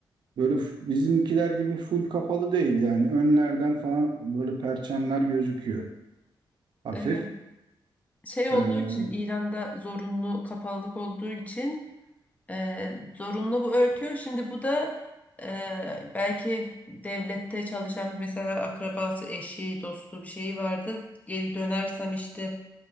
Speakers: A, on the right; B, on the left.
A: böyle f- bizimkiler gibi full kapalı değil yani. Önlerden falan böyle perçemler gözüküyor hafif.
B: Evet. Şey
A: Ee,
B: olduğu için İran'da zorunlu kapalılık olduğu için e, zorunlu bu örtüyor. Şimdi bu da e, belki devlette çalışan mesela akrabası, eşi, dostu bir şeyi vardır. Geri dönersem işte